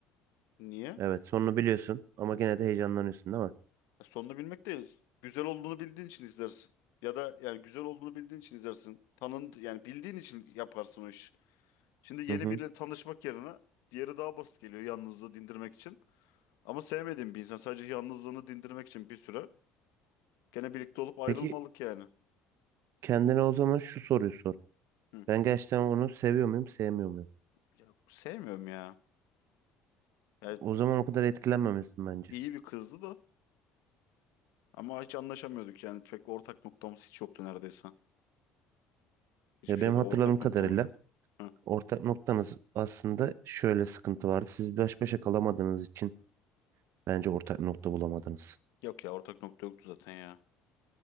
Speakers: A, on the left; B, on the right.
A: Niye?
B: Evet sonunu biliyorsun ama gene de heyecanlanıyorsun değil mi?
A: Ya Sonunu bilmek değil. Güzel olduğunu bildiğin için izlersin. Ya da yani güzel olduğunu bildiğin için izlersin. Tanın yani bildiğin için yaparsın o iş. Şimdi yeni
B: Hı hı.
A: biriyle tanışmak yerine diğeri daha basit geliyor yalnızlığı dindirmek için. Ama sevmediğim bir insan sadece yalnızlığını dindirmek için bir süre gene birlikte olup ayrılmalık
B: Peki
A: yani.
B: Kendine o zaman şu soruyu sor.
A: Hı.
B: Ben gerçekten onu seviyor muyum, sevmiyor muyum?
A: Ya, sevmiyorum ya. Yani
B: O zaman o kadar etkilenmemesin bence.
A: iyi bir kızdı da ama hiç anlaşamıyorduk yani pek ortak noktamız hiç yoktu neredeyse. Hiçbir
B: Ya
A: şeyde
B: benim hatırladığım
A: ortak
B: kadarıyla
A: noktamız yok. Hı.
B: ortak noktanız aslında şöyle sıkıntı vardı. Siz baş başa kalamadığınız için bence ortak nokta bulamadınız.
A: Yok ya ortak nokta yoktu zaten ya.